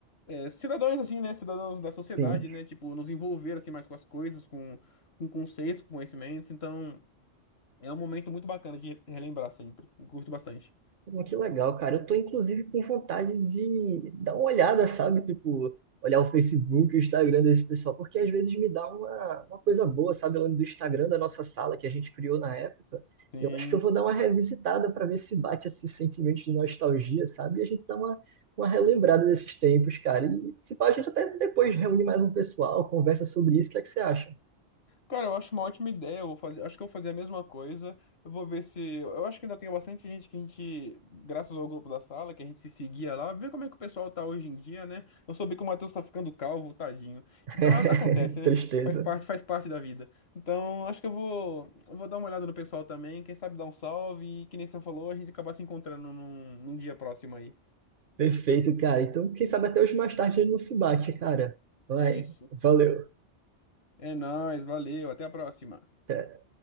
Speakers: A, on the left (about 65°); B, on the right (about 55°).
A: é, cidadãos, assim, né? Cidadãos da sociedade,
B: Sim.
A: né? Tipo, nos envolver, assim, mais com as coisas, com, com conceitos, com conhecimentos. Então, é um momento muito bacana de relembrar sempre. Curto bastante.
B: Pô, Que legal, cara. Eu tô, inclusive, com vontade de dar uma olhada, sabe? Tipo, olhar o Facebook, o Instagram desse pessoal, porque às vezes me dá uma, uma coisa boa, sabe? Eu lembro do Instagram da nossa sala que a gente criou na época.
A: Sim.
B: Eu acho que eu vou dar uma revisitada para ver se bate esse sentimento de nostalgia, sabe? E a gente dá uma, uma relembrada desses tempos, cara. E se pá, a gente até depois reúne mais um pessoal, conversa sobre isso. O que é que você acha?
A: Cara, eu acho uma ótima ideia. Eu vou fazer, acho que eu vou fazer a mesma coisa. Eu vou ver se. Eu acho que ainda tem bastante gente que a gente, graças ao grupo da sala, que a gente se seguia lá, ver como é que o pessoal tá hoje em dia, né? Eu soube que o Matheus tá ficando calvo, tadinho.
B: <laughs>
A: Então a- acontece,
B: Que
A: né?
B: tristeza.
A: Faz parte, faz parte da vida. Então acho que eu vou, eu vou dar uma olhada no pessoal também. Quem sabe dar um salve e, que nem você falou, a gente acabar se encontrando num, num dia próximo aí.
B: Perfeito, cara. Então, quem sabe até hoje mais tarde ele não se bate, cara. Vai,
A: É isso.
B: valeu.
A: É nóis, valeu, até a próxima.
B: Até.